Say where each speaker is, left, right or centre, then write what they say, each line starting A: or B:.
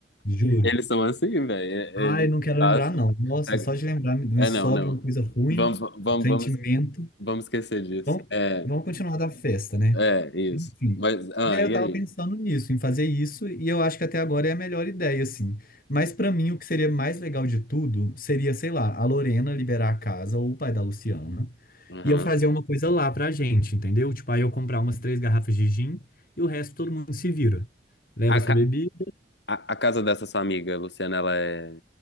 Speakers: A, on the left (about 50°); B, on the left (about 75°).
A: Juro.
B: Eles são assim, velho.
A: Ai,
B: Eles
A: não quero
B: passam.
A: lembrar, não. Nossa,
B: É,
A: só de lembrar, me me sobe
B: é, não, não.
A: uma coisa ruim,
B: Vamos, vamos,
A: um sentimento.
B: vamos, vamos esquecer disso.
A: Vamos,
B: É,
A: vamos continuar da festa, né?
B: é, isso.
A: Enfim.
B: Mas, ah,
A: É,
B: e
A: eu tava
B: aí?
A: pensando nisso, em fazer isso, e eu acho que até agora é a melhor ideia, assim. Mas pra mim, o que seria mais legal de tudo seria, sei lá, a Lorena liberar a casa ou o pai da Luciana,
B: Uhum.
A: e eu fazer uma coisa lá pra gente, entendeu? Tipo, aí eu comprar umas três garrafas de gin e o resto todo mundo se vira. Leva
B: A,
A: sua
B: ca-
A: bebida
B: a, a casa dessa sua amiga, Luciana, ela é,